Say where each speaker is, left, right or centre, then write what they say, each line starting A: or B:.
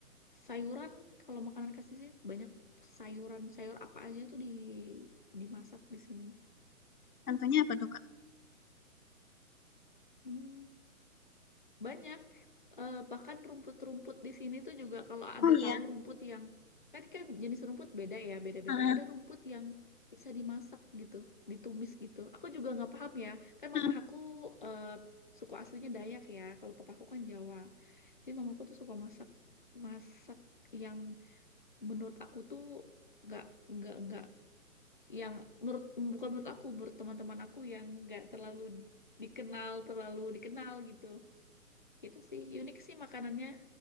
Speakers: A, on the left (about 35°); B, on the left (about 80°).
A: sayuran kalau makanan khas sih banyak sayuran. Sayur apa aja tuh di dimasak di sini.
B: contohnya apa tuh kak
A: Hmm. Banyak eh, bahkan rumput-rumput di sini tuh juga kalau ada
B: oh iya
A: tahu rumput yang kan kan jenis rumput beda ya, beda-beda.
B: Ah,
A: Ada rumput yang bisa dimasak gitu, ditumis gitu. Aku juga nggak paham ya, kan mama
B: ah.
A: aku eh, suku aslinya Dayak ya, kalau papaku kan Jawa. Jadi mamaku tuh suka masak masak yang menurut aku tuh nggak nggak nggak yang menurut bukan menurut aku, menurut teman-teman aku yang nggak terlalu dikenal terlalu dikenal gitu. Gitu sih, unik sih makanannya.